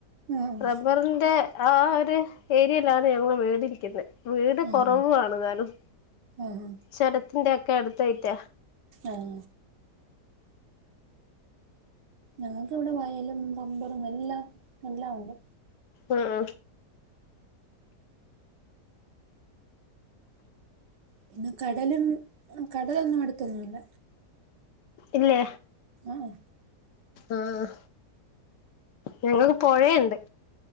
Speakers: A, on the right; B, on the left.
A: ആഹ്
B: റബ്ബറിന്റെ ആ അതെ ഏരിയയിലാണ്‌ ഞങ്ങൾടെ വീടിരിക്കുന്നെ വീട്
A: ആഹ്
B: കൊറവുാണ് താനും
A: ആഹ്
B: ചരത്തിന്റെ ക്കെടുത്തയിറ്റ
A: ആഹ ഞങ്ങൾക്ക് ഇവിടെ വയലും തമ്പളും എല്ലാം എല്ലാം ഉണ്ട്
B: ആഹ ആ
A: പിന്ന കടലും കടലൊന്നും അടുത്തൊന്നുംല്ല
B: ഇല്ലേ
A: ആഹ്
B: ആഹ് ഞങ്ങൾക്ക് പുഴയുണ്ട്